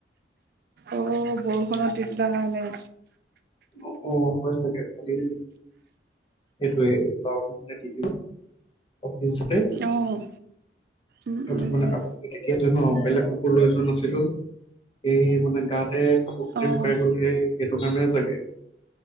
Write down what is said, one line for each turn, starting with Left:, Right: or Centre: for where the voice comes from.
Right: অ বৰষুণত তিতিলা কাৰণে।
Left: অ অ হৈ চাগে, কালি সেইটোৱে বৰষুণ দিলে তিতিলোঁ অফিচ উম
Right: অ', উম,
Left: কাপোৰ
Right: উম,
Left: মানে কা তিতি আছোঁ ন বেলেগ কাপোৰ লৈ যোৱা নাছিলো। এই মানে গাতে কাপোৰ - কানি
Right: অ',
Left: শুকাই গ'ল সেই এইটো কাৰণে চাগে।